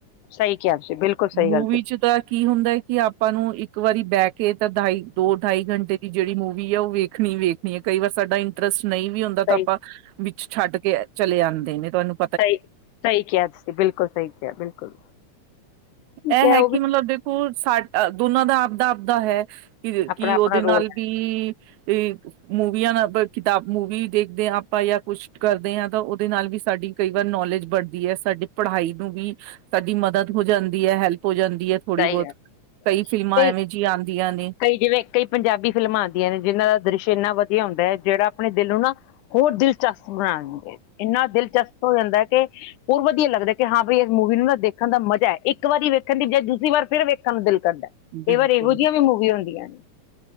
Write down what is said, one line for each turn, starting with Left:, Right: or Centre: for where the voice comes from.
Left: ਸਹੀ ਕਿਹਾ ਤੁਸੀਂ ਬਿਲਕੁਲ ਸਹੀ
Right: ਮੂਵੀ
Left: ਗੱਲ ਕੀਤੀ
Right: ਚ ਤਾ ਕੀ ਹੁੰਦੈ ਕਿ ਆਪਾਂ ਨੂੰ ਇੱਕ ਵਾਰੀ ਬੈ ਕੇ ਤਾ ਢਾਈ ਦੋ ਢਾਈ ਘੰਟੇ ਦੀ ਜੇੜੀ ਮੂਵੀ ਆ ਓ ਵੇਖਨੀ ਈ ਵੇਖਨੀ ਐ ਕਈ ਵਾਰ ਸਾਡਾ ਇੰ ਟਰਸਟ ਨਈ ਵੀ ਹੁੰਦਾ ਤਾ
Left: ਸਹੀ
Right: ਆਪਾਂ ਵਿੱਚ ਛੱਡ ਕੇ ਚਲੇ ਜਾਂਦੇ ਨੇ ਤੁਆਨੂੰ
Left: ਸਈ-ਸਈ ਕਿਆ ਤੁਸੀ ਬਿਲਕੁਲ ਸਈ ਕਿਆ ਬਿਲਕੁਲ। ਠੀਕ
Right: ਐ ਹੈ
Left: ਉਹ
Right: ਕਿ
Left: ਵੀ
Right: ਮਤਲਬ ਦੇਖੋ ਸਾਡਾ ਦੋਨਾਂ ਦਾ ਆਪਦਾ-ਆਪਦਾ ਹੈ ਕਿ
Left: ਆਪਣਾ
Right: ਕੀ
Left: ਆਪਣਾ
Right: ਓਦੇ ਨਾਲ
Left: ਰੋਲ
Right: ਵੀ
Left: ਹੈ
Right: ਕੀ ਵੀ ਮੂਵੀਆ ਨਾਲ ਕਿਤਾਬ ਮੂਵੀ ਦੇਖਦੇ ਆਂ ਆਪਾਂ ਯਾ ਕੁਛ ਕਰਦੇ ਆਂ ਤਾਂ ਓਦੇ ਨਾਲ ਵੀ ਸਾਡੀ ਕਈ ਵਾਰ ਨੌਲੇਜ ਬੜਦੀ ਐ ਸਾਡੀ ਪੜਾਈ ਨੂੰ ਵੀ ਸਾਡੀ ਮਦਦ ਹੋ ਜਾਂਦ ਹੈਲਪ ਹੋ ਜਾਂਦੀ ਐ ਥੋੜੀ
Left: ਚਾਹੀਦਾ
Right: ਬਹੁਤ, ਕਈ ਫਿਲਮਾਂ
Left: ਕਈ
Right: ਐਵੇਂ ਜਿਆਂ ਆਂਦੀਆਂ ਨੇ
Left: ਕਈ ਜਿਵੇਂ ਕਈ ਪੰਜਾਬੀ ਫਿਲਮਾਂ ਆਂਦੀਆਂ ਨੇ, ਜਿਨਾਂ ਦਾ ਦ੍ਰਿਸ਼ ਏਨਾ ਵਦੀਆ ਹੁੰਦੈ, ਜੇੜਾ ਆਪਣੇ ਦਿਲ ਨੂੰ ਨਾ ਔਰ ਦਿਲਚਸਪ ਬਣਾਨਗੇ, ਇੰਨਾ ਦਿਲਚਸਪ ਹੋਂਦਾ ਕੈ ਹੋਰ ਵਦੀਐ ਲੱਗਦੈ ਕਿ ਹਾਂ ਬਾਈ ਇਸ ਮੂਵੀ ਨੂੰ ਨਾ ਦੇਖਨ ਦਾ ਮਜਾ ਏ, ਇੱਕ ਵਾਰੀ ਵੇਖਨ ਦੀ ਬਜਾਏ ਦੂਸਰੀ ਵਾਰ ਫੇਰ ਵੇਖਨ ਨੂੰ ਦਿਲ ਕਰਦਾ਼। ਕਈ
Right: ਬਿਲਕੁਲ
Left: ਵਾਰ ਏਹੋ ਜਿਆ ਵੀ ਮੂਵੀ ਹੁੰਦੀਆਂ ਨੇ।